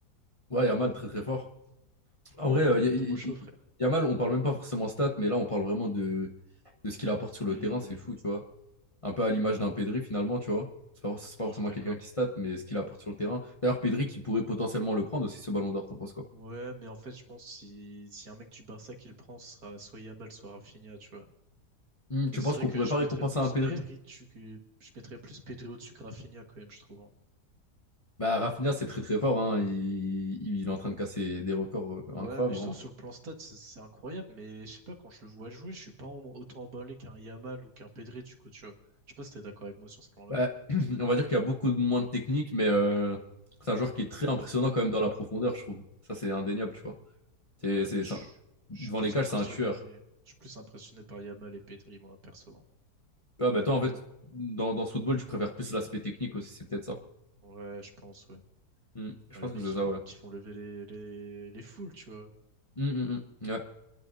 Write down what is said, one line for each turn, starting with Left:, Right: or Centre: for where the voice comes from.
Left: Ouais, Yamal, très très fort. En
Right: Yamal,
Left: vrai, euh,
Right: il
Left: y- y-
Right: est trop chaud,
Left: y-
Right: frère.
Left: Yamal, on parle même pas forcément stats, mais là, on parle vraiment de, de ce qu'il apporte sur
Right: Oui,
Left: le terrain, c'est
Right: oui,
Left: fou, tu vois. Un peu à l'image d'un Pedri, finalement, tu vois. C'est pas, c'est pas
Right: je
Left: forcément
Right: suis d'accord.
Left: quelqu'un qui state, mais ce qu'il apporte sur le terrain. D'ailleurs, Pedri qui pourrait potentiellement le prendre aussi, ce ballon d'or, t'en penses quoi?
Right: Ouais, mais en fait, je pense si si un mec du Barça qui le prend, ce sera soit Yamal, soit Rafinha, tu vois.
Left: Hmm,
Right: Mais
Left: tu
Right: c'est
Left: penses
Right: vrai
Left: qu'on
Right: que
Left: pourrait
Right: je
Left: pas récompenser
Right: mettrais plus
Left: un Pedri?
Right: Pedri, tu, que je mettrais plus Pedri au-dessus que Rafinha quand même, je trouve. hein.
Left: Bah, Rafinha, c'est très très fort, hein. Il, il est en train de casser des records euh,
Right: Ouais,
Left: incroyables,
Right: mais je
Left: vraiment.
Right: trouve sur le plan stat, c'est c'est incroyable, mais je sais pas, quand je le vois jouer, je suis pas en- autant emballé qu'un Yamal ou qu'un Pedri, du coup, tu vois. Je sais pas si t'es d'accord avec moi sur ce plan-là.
Left: Bah, <clears throat> on va dire qu'il y a beaucoup moins de technique, mais euh, c'est un joueur
Right: Plus
Left: qui est
Right: efficace.
Left: très impressionnant quand même dans la profondeur, je trouve. Ça, c'est indéniable, tu vois.
Right: Ouais,
Left: C'est, c'est
Right: mais je,
Left: ça.
Right: je
Left: Devant
Right: suis plus
Left: les cages,
Right: impressionné,
Left: c'est un tueur.
Right: je suis plus impressionné par Yamal et Pedri, moi, perso. hein.
Left: Ah, bah,
Right: Je
Left: toi,
Right: sais pas
Left: en fait,
Right: toi.
Left: dans, dans ce football, tu préfères plus l'aspect technique aussi, c'est peut-être ça.
Right: Ouais, je pense, ouais.
Left: Hmm, je
Right: Bah,
Left: pense
Right: les mecs
Left: que c'est
Right: qui
Left: ça,
Right: font,
Left: ouais.
Right: qui font lever les, les, les foules, tu vois.
Left: Hmm, hmm, hmm. Ouais.